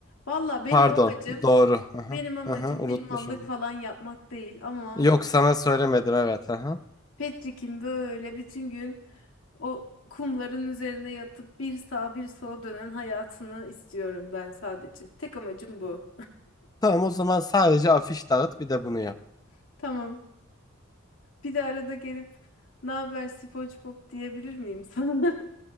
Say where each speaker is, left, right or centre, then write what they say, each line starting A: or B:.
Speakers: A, on the left; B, on the left.
A: Valla benim
B: Pardon
A: amacım
B: doğru. Hı hı.
A: Benim amacım
B: Hı hı, unutmuşum.
A: bir mallık falan yapmak değil ama
B: Yok sana söylemedim evet. Hı hı.
A: Petrik'in böyle bütün gün o kumların üzerine yatıp bir sağa bir sola dönen hayatını istiyorum ben sadece. Tek amacım bu.
B: Tamam o zaman sadece afiş dağıt bir de bunu yap.
A: <laughs> Tamam. Bir de arada gelip ne haber SpongeBob diyebilir miyim sana?